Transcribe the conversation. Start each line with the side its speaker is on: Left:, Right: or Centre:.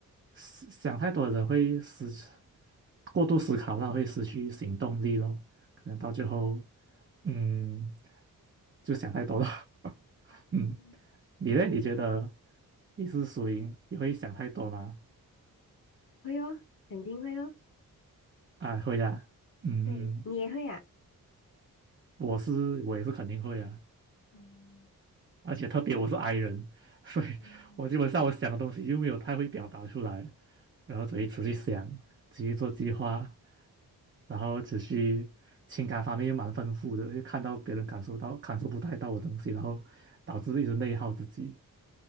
Right: 思想太多的人会失去过度思考，那会失去行动力咯。可能到最后，嗯，就想太多了。<laughs> 嗯，
Left: 嗯
Right: 你呢？你觉得你是属于你会想太多吗？
Left: 会哦，肯定会哦，
Right: 啊，会啊。嗯，
Left: 会，
Right: 嗯
Left: 你也会啊，
Right: 我是我也是肯定会啊。
Left: 嗯
Right: 而且特别我是 i 人，所以我基本上我想的东西又没有太会表达出来，
Left: 嗯
Right: 然后所以持续想，持续做计划，然后持续情感方面又蛮丰富的，又看到别人感受到感受不太到的东西，然后导致一直内耗自己，